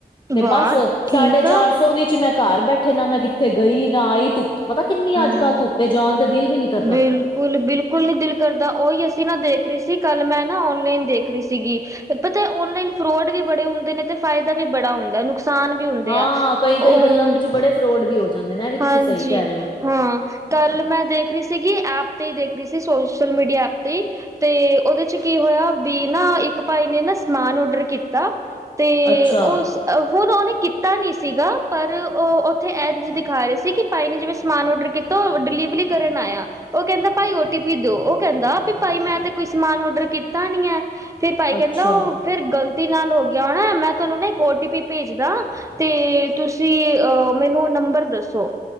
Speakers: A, on the left (about 30°); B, on the right (about 20°).
A: ਤੇ
B: ਵਾਹ
A: ਬਸ
B: ਠੀਕ
A: ਸਾਢੇ ਚਾਰ
B: ਆ
A: ਸੌ ਵਿੱਚ ਮੈਂ ਕਾਰ ਬੈਠੇ ਨਾ ਮੈਂ ਕਿੱਥੇ ਗਈ ਨਾ ਆਈ ਧੁੱਪ ਚ ਪਤਾ ਕਿੰਨੀ ਅੱਜ
B: ਹੂੰ,
A: ਕੱਲ੍ਹ ਧੁੱਪੇ ਜਾਣ ਤੇ ਦਿਲ ਵੀ ਨੀ ਕਰਦਾ
B: ਬਿਲਕੁਲ ਬਿਲਕੁਲ ਨੀ ਦਿਲ ਕਰਦਾ ਓਈ ਏ ਨਾ ਦੇਖ ਰੀ ਸੀ ਕੱਲ੍ਹ ਮੈਂ ਨਾ ਔਨਲਾਈਨ ਦੇਖ ਰੀ ਸੀਗੀ ਪਤਾ ਔਨਲਾਈਨ ਫਰੋਡ ਵੀ ਬੜੇ ਹੁੰਦੇ ਨੇ ਤੇ ਫਾਇਦਾ ਵੀ ਬੜਾ ਹੁੰਦਾ ਨੁਕਸਾਨ ਵੀ ਹੁੰਦੇ
A: ਹਾਂ
B: ਆ
A: ਕਈ
B: ਅ,
A: ਕਈ ਗੱਲਾਂ ਵਿੱਚ ਬੜੇ ਫਰੋਡ ਵੀ ਹੋ ਜਾਂਦੇ ਨੇ ਇਹ ਵੀ ਤੁਸੀਂ
B: ਹਾਂਜੀ
A: ਸਹੀ ਕਹਿ ਰਹੇ ਹੋ
B: ਹਾਂ ਕੱਲ ਮੈਂ ਦੇਖ ਰੀ ਸੀਗੀ ਐਪ ਤੇ ਈ ਦੇਖ ਰੀ ਸੀ ਸੋਸ਼ਲ ਮੀਡੀਆ ਐਪ ਤੇ ਈ ਤੇ ਉਹਦੇ ਚ ਕੀ ਹੋਇਆ ਵੀ ਨਾ ਇੱਕ ਭਾਈ ਨੇ ਨਾ ਸਮਾਨ ਓਡਰ ਕੀਤਾ ਤੇ
A: ਅੱਛਾ
B: ਉਸ ਹੁਨ ਓਨੇ ਕੀਤਾ ਨੀਂ ਸੀਗਾ ਪਰ ਓ ਉੱਥੇ ਇਂਝ ਦਿਖਾ ਰੇ ਸੀ ਕਿ ਭਾਈ ਨੇ ਜਿਵੇਂ ਸਮਾਨ ਔਡਰ ਕੀਤ ਡਿਲੀਵਰੀ ਕਰਨ ਆਇਆ ਓ ਕਹਿੰਦਾ ਭਾਈ ਓ ਟੀ ਪੀ ਦੋ ਉਹ ਕਹਿੰਦਾ ਵੀ ਭਾਈ ਮੈਂ ਤੇ ਕੋਈ ਸਮਾਨ ਔਡਰ ਕੀਤਾ ਨੀ ਏ ਫਿਰ ਭਾਈ ਕਹਿੰਦਾ
A: ਅੱਛਾ
B: ਉਹ ਫਿਰ ਗ਼ਲਤ ਗਲਤੀ ਨਾਲ ਹੋ ਗਿਆ ਹੋਨਾ ਮੈਂ ਤੁਹਾਨੂੰ ਨਾ ਇੱਕ ਓ ਟੀ ਪੀ ਭੇਜਦਾ ਤੇ ਤੁਸੀਂ ਅ ਮੈਨੂੰ ਓ ਨੰਬਰ ਦੱਸੋ